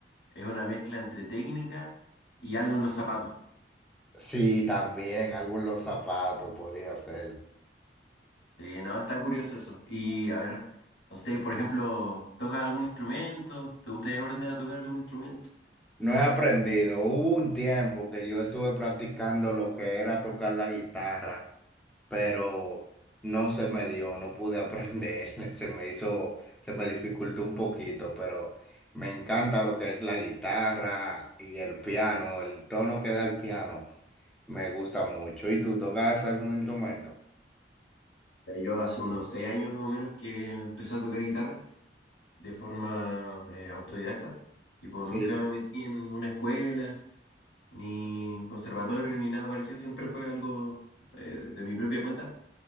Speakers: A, on the left; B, in the centre.
A: Es una mezcla entre técnica y algo en los zapatos.
B: Sí, también algunos zapatos podría ser.
A: Eh, no, está curioso eso. Y a ver, no sé, por ejemplo, ¿tocas algún instrumento? ¿Te gustaría aprender a tocar algún instrumento?
B: No he aprendido. Hubo un tiempo que yo estuve practicando lo que era tocar la guitarra. pero no se me dio, no pude aprender, <laughs> se me hizo, se me dificultó un poquito, pero me encanta lo que es la guitarra y el piano, el tono que da el piano, me gusta mucho. ¿Y tú tocas algún instrumento?
A: Eh, Yo hace unos seis años más o menos que empecé a tocar guitarra de forma eh, autodidacta. Tipo,
B: Sí.
A: nunca me metí en una escuela, ni en conservatorio, ni nada parecido. Siempre fue algo eh, de mi propia cuenta.